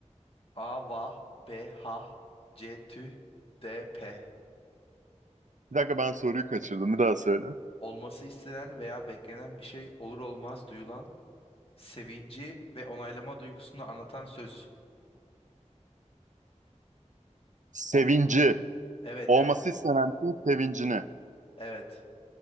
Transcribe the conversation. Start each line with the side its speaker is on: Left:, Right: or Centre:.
Left: A. Vah B. Ha C. Tüh D. P.
Right: Bir dakika ben soruyu kaçırdım. Bir daha söyle.
Left: Olması istenen veya beklenen bir şey olur olmaz duyulan sevinci ve onaylama duygusunu anlatan söz.
Right: Sevinci.
Left: Ol. Evet
Right: Olması
Left: evet
Right: istenen şeyin sevincini.
Left: evet.